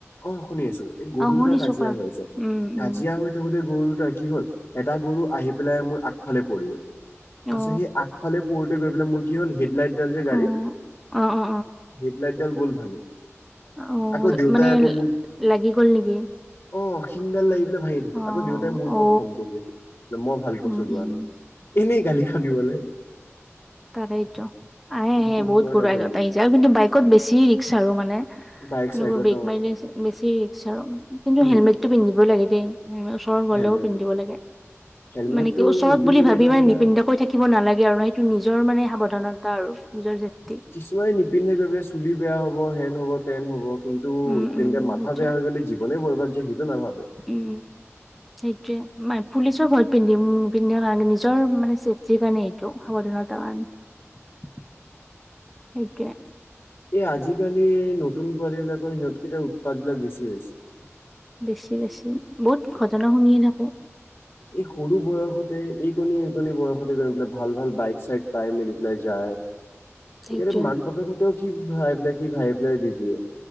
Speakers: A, on the left (about 50°); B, in the centre.
A: অ', শুনি আছোঁ এই গৰু
B: অ শুনিছো
A: দুটা কাজিয়া
B: কোৱা
A: হৈ আছে
B: উম
A: কাজিয়া
B: উম
A: হৈ কোতেই গৰু তাৰ কি হ'ল এটা গৰু আহি পেলাই মোৰ আগফালে পৰি গ'ল। তাৰপিছত
B: অ
A: সেই আগফালে পৰতে গৈ পেলাই মোৰ কি হ'ল হেডলাইটডাল যে গাড়ী
B: অ অ অ
A: হেডলাইটডাল গ'ল ভাঙি
B: অ',
A: আকৌ দেউতাই
B: মানে
A: আকৌ মোৰ
B: লাগি গল নেকি।
A: অ', শিংডাল লাগি পেলাই ভাঙি থাকিল
B: অ
A: আকৌ দেউতাই মোৰ ওপৰত
B: অ
A: খং কৰি আছে। মই ভাল কৈ
B: উম
A: চলোৱা
B: উম
A: নাই এনেই গালি খানিবলৈ
B: তাৰেতো আহে আহে
A: ফোনটো
B: বহুত
A: আৰু
B: গৰু
A: নাথাকিলো।
B: তাই <unintelligible> তা আৰু কিন্তু বাইকত বেছি ৰিক্স আৰু মানে।
A: বাইক
B: এনেকৰ
A: চাইকত
B: বেগ
A: অ'
B: মাৰিলে বেছি ৰিক্স আৰু কিন্তু
A: উম
B: হেলমেটটো পিন্ধিব লাগে দেই হ'ম। ওচৰত গ'লেও
A: হেলমেট
B: পিন্ধিব লাগে
A: হেলমেটটো
B: মানে কি ওচৰত
A: নিপিন্ধিলে
B: বুলি ভাবি
A: গৈ
B: ইমান
A: পেলাই
B: নিপিন্ধাকৈ থাকে শিকিব নালাগে আৰু ন সেইটো নিজৰ মানে সাৱধানতা আৰু নিজৰ চেফ্টি।
A: কিছুমানে নিপিন্ধে গৈ চুলি বেয়া হ'ব হেন হ'ব তেন হ'ব। কিন্তু
B: উম
A: তেনেকে
B: উম
A: মাথা
B: সেইটোৱে
A: বেয়া হৈ গ'লে জীৱনে বৰবাদ যে সেইটো নাভাবে।
B: উম সেইটোৱে মই পুলিচৰ ভয়ত পিন্ধিম। পিন্ধে নিজৰ মানে চেফ্টিৰ কাৰণে সৱধানতা মানে তাৰ সেইকে
A: এই আজিকালি নতুন পোৱালি বিলাকৰ সিহঁতকেইটাৰ উৎপাত বিলাক বেছি হৈছে।
B: বেছি, বেছি বহুত ঘটনা শুনিয়ে থাকোঁ।
A: এই সৰু বয়সতে এই কণী এই কণী বয়সতে গৈ পেলাই ভাল ভাল বাইক চাইক পাই মেলি পেলাই যায়
B: সেইটোৱে
A: ইয়াৰে মাক বাপেক হতেও কি ভাই পেলাই কি ভাই পেলাই দিদিয়ে।